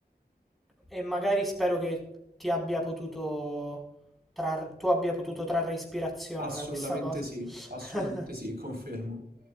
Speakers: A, in the centre; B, on the right.
A: e magari spero che ti abbia potuto... trar- tu abbia potuto trarre ispirazione
B: Assolutamente
A: da questa cosa.
B: sì,
A: <laughs>
B: assolutamente sì, confermo.